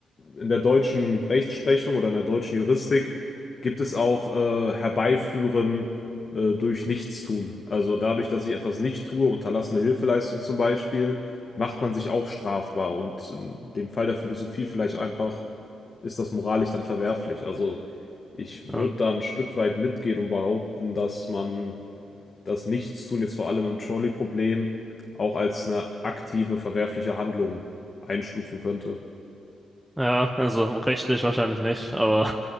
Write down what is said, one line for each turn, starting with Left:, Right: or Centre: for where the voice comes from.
Left: in der deutschen Rechtsprechung oder in der deutschen Juristik gibt es auch äh, Herbeiführen äh, durch Nichtstun. Also dadurch, dass ich etwas nicht tue, unterlassene Hilfeleistung zum Beispiel, macht man sich auch strafbar. Und in dem Fall der Philosophie vielleicht einfach ist das moralisch dann verwerflich. Also ich würde
Centre: ja,
Left: da ein Stück weit mitgehen und behaupten, dass man das Nichtstun jetzt vor allem im Trolley-Problem auch als eine aktive, verwerfliche Handlung einstufen könnte.
Centre: Ja, also rechtlich wahrscheinlich nicht, aber